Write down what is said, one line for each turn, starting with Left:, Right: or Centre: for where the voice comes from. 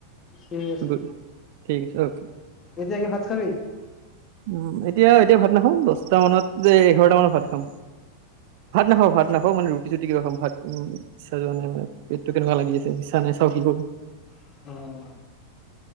Left: ঠিক আছে
Right: গ ঠিক আছে অ।
Left: এতিয়া কি ভাত খাবি।
Right: উম, এতিয়া এতিয়া ভাত নাখাওঁ দহটা মানত যে এঘাৰটা মানত ভাত খাম। ভাত
Left: অ
Right: নাখাওঁ, ভাত নাখাওঁ মানে ৰু <unintelligible> কিবা ভাতটো ইচ্ছা যোৱা নাই মোৰ পেটটো কেনেকুৱা লাগি আছে ইচ্ছা নাই চাওঁ কি কৰোঁ।
Left: অ',